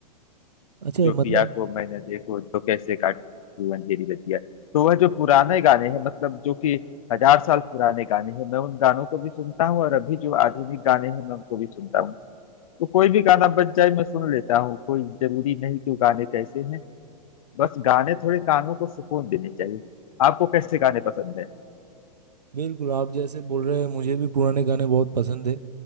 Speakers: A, on the right; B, on the left.
A: अच्छा
B: जो पिया
A: मतलब
B: को मैंने देखो तो कैसे काटू अंधेरी रतिया तो वह जो पुराने गाने हैं मतलब जो कि हजार साल पुराने गाने हैं मैं उन गानों को भी सुनता हूँ और अभी जो आधुनिक गाने हैं मैं उनको भी सुनता हूँ तो कोई भी गाना बज जाए मैं सुन लेता हूँ कोई जरूरी नहीं कि वो गाने कैसे हैं बस गाने थोड़े कानों को सुकून देने चाहिए आपको कैसे गाने पसंद है
A: बिल्कुल आप जैसे बोल रहे हैं मुझे भी पुराने गाने बहुत पसंद है